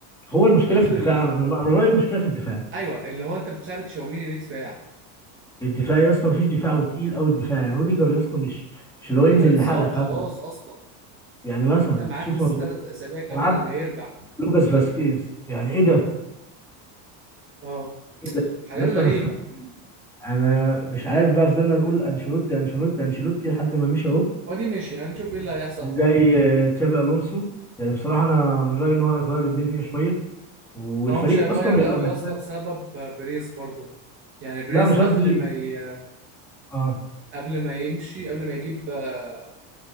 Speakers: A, in the centre; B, on the right (about 25°).
A: هو
B: من
A: المشكله
B: كتر
A: في الدفاع
B: ال...
A: انا أنا من رايي المشكله في الدفاع
B: ايوه اللي هو انت بتلعب تشاوميني ليه دفاع
A: الدفاع يا اسطى مفيش دفاع وتقيل قوي الدفاع يعني روديجر يا اسطى مش مش اللي هو
B: روديجر
A: ينزل
B: اتصاب
A: يلحقك
B: خلاص
A: هجمه
B: اصلا
A: يعني مثلا
B: يعني انت معاك
A: شوف
B: لسه
A: موجود
B: ثلاث اسابيع كمان
A: ومعاك
B: على ما يرجع
A: لوكاس فاسكيز يعني ايه ده
B: اه
A: ايه ده
B: حاجات
A: يا اسطى
B: غريبه
A: انا <laughs> انا مش عارف بقى فضلنا نقول انشيلوتي انشيلوتي انشيلوتي لحد ما مشي اهو
B: هو دي ماشي هنشوف ايه اللي هيحصل
A: وجاي
B: بقى
A: آه، تشابي الونسو يعني بصراحه انا من رايي ان هو هيغير الدنيا شويه والفريق
B: هو مش هيغير
A: اصلا بيبقى
B: قوي
A: محتاج
B: يا اسطى بسبب بريز برضو يعني بريز
A: لا مش
B: قبل
A: قصدي
B: ما ي...
A: اه
B: قبل ما يمشي قبل ما يجيب آه،